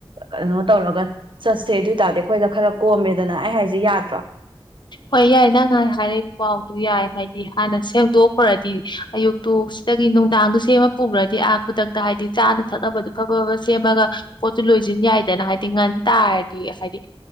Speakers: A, on the right; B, on the left.
A: ꯀꯩꯅꯣ ꯇꯧꯔꯒ ꯆꯠꯁꯦ ꯑꯗꯨ ꯑꯣꯏ ꯇꯔꯗꯤ ꯑꯩꯈꯣꯏꯗ ꯈꯔ ꯀꯣꯝꯃꯦꯗꯅ ꯑꯩ ꯍꯥꯏꯁꯦ ꯌꯥꯗ꯭ꯔꯣ
B: ꯍꯣꯏ ꯌꯥꯏ ꯅꯪ ꯍꯥꯏꯔꯛꯏ ꯄꯥꯎꯗꯨ ꯌꯥꯏ ꯍꯥꯏꯗꯤ ꯍꯥꯟꯅ ꯁꯦꯝꯗꯣꯛꯈ꯭ꯔꯗꯤ ꯑꯌꯨꯛꯇꯨ ꯁꯤꯗꯒꯤ ꯅꯨꯡꯗꯥꯡꯗꯨ ꯁꯦꯝꯃ ꯄꯨꯈ꯭ꯔꯗꯤ ꯑꯥ ꯈꯨꯗꯛꯇ ꯍꯥꯏꯗꯤ ꯆꯥꯅ ꯊꯛꯅꯕꯗꯣ ꯑꯐꯕꯕ ꯁꯦꯝꯃꯒ ꯄꯣꯠꯇꯨ ꯂꯣꯏꯁꯤꯟ ꯌꯥꯏꯗꯅ ꯍꯥꯏꯗꯤ ꯉꯟ ꯇꯥꯔꯗꯤ ꯍꯥꯏꯗꯤ